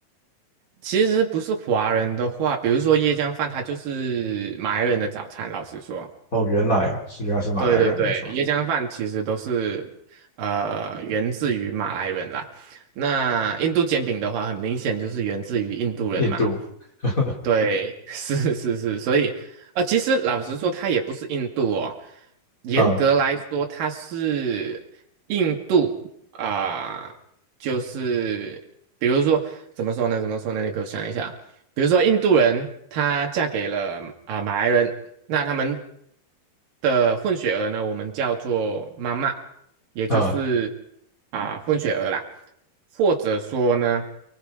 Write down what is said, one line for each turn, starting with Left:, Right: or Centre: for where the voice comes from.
Right: 其实不是华人的话，比如说椰浆饭，它就是马来人的早餐。老实说，
Left: 哦，原来啊是原来是马来人，
Right: 对对对，
Left: 没错，
Right: 椰浆饭其实都是呃源自于马来人啦。那印度煎饼的话，很明显就是源自于印度人嘛。
Left: 印度，<laughs>
Right: 对，<laughs> 是是是，所以呃，其实老实说，它也不是印度哦，严格来说，
Left: 啊
Right: 它是印度啊、就是比如说怎么说呢？怎么说呢？你给我想一下，比如说印度人她嫁给了啊、马来人，那他们的混血儿呢，我们叫做妈妈。也就是
Left: 啊，
Right: 啊、混血儿啦，或者说呢，